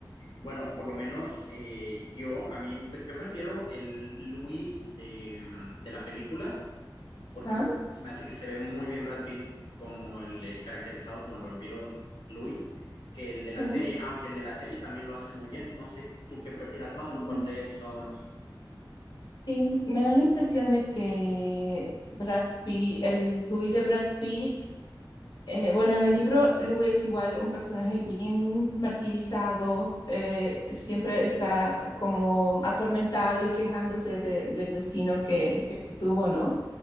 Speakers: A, on the left (about 75°); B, on the left (about 60°).
A: bueno, por lo menos eh, yo, a mí, yo prefiero el Louis de, de la película, porque
B: Ajá,
A: se me hace que se ve muy bien Brad Pitt como el eh, caracterizado como el vampiro Louis, que el
B: sí.
A: de la serie, aunque el de la serie también lo hace muy bien. No sé tú qué prefieras más
B: Y
A: o cuál te haya gustado más.
B: y me da la impresión de que Brad Pitt, el Louis de Brad Pitt, Eh, bueno, en el libro Lu es igual un personaje bien martirizado, eh, siempre está como atormentado y quejándose de- del destino que, que tuvo, ¿no?